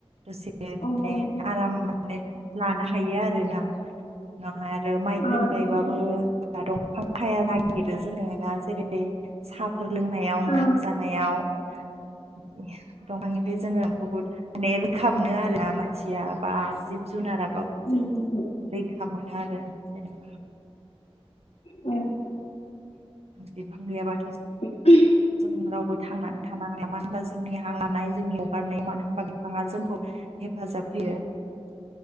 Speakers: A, on the right; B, on the left.
A: दसे माने
B: अ नोंथां अ नोंथां
A: आराम माने लानो हायो आरो ना। उनावहाय आरो माइफोर
B: अ नोंथां
A: गायबाबो दंफां साया नागिरो जोङो ना जेरै सफा फोर लोंनायाव ओंखाम
B: उम
A: जानायाव बिदि दंफांनिफ्राय जोङो बुहुद माने रैखा आरोना मानसिया बा जिब जुनारा
B: उम
A: रैखा मोनो आरो जेनेबा
B: औ
A: बिफां गैयाबाथ'
B: ओ
A: जों रावबो थांनानै थानो हाला मनो होनबा जोंनि हांलानाय जोंनि हगारनाय मानो होनबा बिफाङा जोंखौ हेफाजाब होयो।